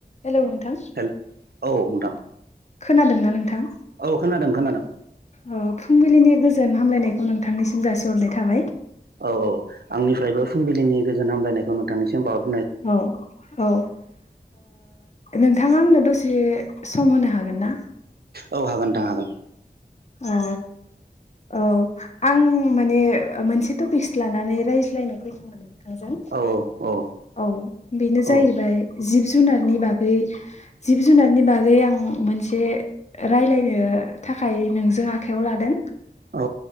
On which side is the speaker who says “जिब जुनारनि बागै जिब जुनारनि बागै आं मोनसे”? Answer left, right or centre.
Left